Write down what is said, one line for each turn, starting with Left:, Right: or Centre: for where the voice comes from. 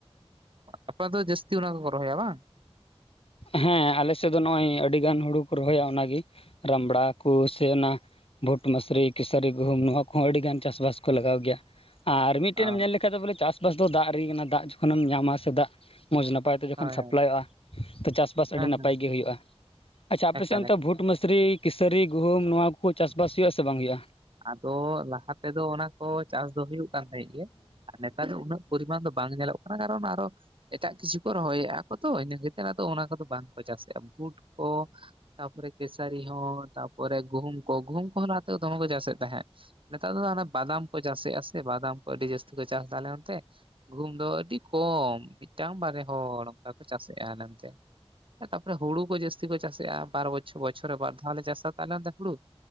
Right: ᱟᱯᱮ ᱚᱱᱛᱮ ᱫᱚ ᱡᱟᱹᱥᱛᱤ ᱚᱱᱟ ᱠᱚ ᱨᱚᱦᱚᱭᱟ ᱵᱟᱝ
Left: ᱦᱮᱸ ᱟᱞᱮᱥᱮᱫ ᱫᱚ ᱱᱚᱜ ᱚᱭ ᱟᱹᱰᱤ ᱜᱟᱱ ᱦᱩᱲᱩ ᱠᱚ ᱨᱚᱦᱚᱭᱟ ᱚᱱᱟᱜᱮ ᱨᱟᱢᱲᱟ ᱠᱚ ᱥᱮ ᱚᱱᱟ ᱵᱷᱩᱴ, ᱢᱟᱥᱨᱤ, ᱠᱮᱥᱟᱹᱨᱤ, ᱜᱩᱦᱩᱢ ᱱᱚᱣᱟ ᱠᱚᱦᱚᱸ ᱟᱹᱰᱤ ᱜᱟᱱ ᱪᱟᱥᱵᱟᱥ ᱠᱚ ᱞᱟᱜᱟᱣ ᱜᱮᱭᱟ᱾ ᱟᱨ ᱢᱤᱫᱴᱮᱱ
Right: ᱚ
Left: ᱮᱢ ᱧᱮᱞ ᱞᱮᱠᱷᱟᱱᱡ ᱵᱚᱞᱮ ᱪᱟᱥᱵᱟᱥ ᱫᱚ ᱫᱟᱜ ᱨᱮᱜᱤ ᱠᱟᱱᱟ ᱫᱟᱜ ᱡᱚᱠᱷᱚᱱᱮᱢ ᱧᱟᱢᱟ ᱥᱮ ᱫᱟᱜ ᱢᱚᱸᱡᱽ ᱱᱟᱯᱟᱭ ᱡᱚᱠᱷᱚᱱ
Right: ᱦᱳᱭ
Left: ᱥᱟᱯᱞᱟᱭᱚᱜᱼᱟ
Right: ᱦᱳᱭ
Left: ᱛᱚ ᱪᱟᱥᱵᱟᱥ
Right: ᱦᱮᱸ
Left: ᱟᱹᱰᱤ ᱱᱟᱯᱟᱭ
Right: ᱦᱮᱸ
Left: ᱜᱮ ᱦᱩᱭᱩᱜᱼᱟ ᱟᱪᱪᱷᱟ ᱟᱯᱮᱥᱮᱫ
Right: ᱮᱠᱟᱞ
Left: ᱚᱱᱛᱮ
Right: ᱮᱠᱟᱞ
Left: ᱵᱷᱩᱴ ᱢᱟᱥᱨᱤ, ᱠᱤᱥᱟᱹᱨᱤ, ᱜᱩᱦᱩᱢ ᱱᱚᱣᱟ ᱠᱚ ᱪᱟᱥᱵᱟᱥ ᱦᱩᱭᱩᱜᱼᱟ ᱥᱮ ᱵᱟᱝ ᱦᱩᱭᱩᱜᱼᱟ?
Right: ᱟᱫᱚ ᱞᱟᱦᱟ ᱛᱮᱫᱚ ᱚᱱᱟ ᱠᱚ ᱪᱟᱥ ᱫᱚ ᱦᱩᱭᱩᱜ ᱠᱟᱱ ᱛᱟᱦᱮᱸᱫ ᱜᱮ ᱟᱨ ᱱᱮᱛᱟᱨ ᱫᱚ ᱩᱱᱟᱹᱜ ᱯᱚᱨᱤᱢᱟᱱ ᱫᱚ ᱵᱟᱝ ᱧᱮᱞᱚᱜ ᱠᱟᱱᱟ ᱠᱟᱨᱚᱱ ᱟᱨᱚ ᱮᱴᱟᱜ ᱠᱤᱪᱷᱩ ᱠᱚ ᱨᱚᱦᱚᱭᱮᱫᱼᱟ ᱠᱚ ᱛᱚ ᱤᱱᱟᱹ ᱠᱟᱛᱮᱫ ᱟᱫᱚ ᱚᱱᱟ ᱠᱚᱫᱚ ᱵᱟᱝᱠᱚ ᱪᱟᱥᱮᱫᱼᱟ ᱵᱩᱴ ᱠᱚ, ᱛᱯᱚᱨ ᱠᱮᱥᱟᱨᱤ ᱦᱚᱸ ᱛᱯᱚᱨ ᱜᱩᱦᱩᱢ ᱠᱚ ᱜᱩᱦᱩᱢ ᱠᱚ ᱦᱚᱸ ᱱᱚᱛᱮ ᱫᱚᱢᱮ ᱠᱚ ᱪᱟᱥ ᱮᱫ ᱛᱟᱦᱮᱸᱫ ᱱᱮᱛᱟᱨ ᱫᱚ ᱵᱟᱫᱟᱢ ᱠᱚ ᱪᱟᱥᱮᱫ-ᱟ ᱥᱮ ᱵᱟᱫᱟᱢ ᱠᱚ ᱟᱹᱰᱤ ᱡᱟᱹᱥᱛᱤ ᱠᱚ ᱪᱟᱥ ᱮᱫᱟ ᱟᱞᱮ ᱚᱱᱛᱮ ᱾ ᱜᱩᱦᱩᱢ ᱫᱚ ᱟᱹᱰᱤ ᱠᱚᱢ ᱢᱤᱫᱴᱟᱝ ᱵᱟᱨᱮ ᱦᱚᱲ ᱚᱱᱠᱟ ᱠᱚ ᱪᱟᱥᱮᱫ-ᱟ ᱟᱞᱮ ᱚᱱᱛᱮ ᱾ ᱤᱱᱟᱹ ᱛᱟᱯᱚᱨᱮ ᱦᱩᱲᱩ ᱠᱚ ᱡᱟᱹᱥᱛᱤ ᱠᱚ ᱪᱟᱥᱮᱫ-ᱟ ᱵᱟᱨ ᱵᱚᱪᱷᱚᱨ, ᱵᱚᱪᱷᱚᱨ ᱨᱮ ᱵᱟᱨᱫᱷᱟᱣ ᱞᱮ ᱪᱟᱥᱟ ᱛᱟᱦᱚᱞᱮ ᱦᱩᱲᱩ᱾